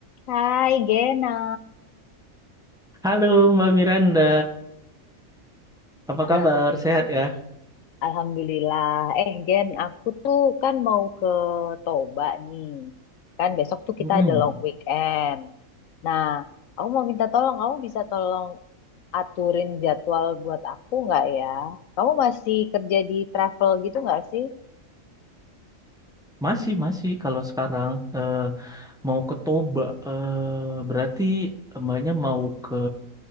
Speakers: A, on the left (about 75°); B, in the centre.
A: Hai Gena,
B: Halo Mbak Miranda, apa
A: <laughs>
B: kabar? Sehat ya?
A: Alhamdulillah. Eh Gen, aku tuh kan mau ke Toba nih. Kan besok tuh kita
B: Mm-mm.
A: ada long weekend. Nah, aku mau minta tolong, kamu bisa tolong aturin jadwal buat aku nggak ya? Kamu masih kerja di travel gitu nggak sih?
B: Masih, masih. Kalau sekarang eh, mau ke Toba, eh, berarti Mbaknya mau ke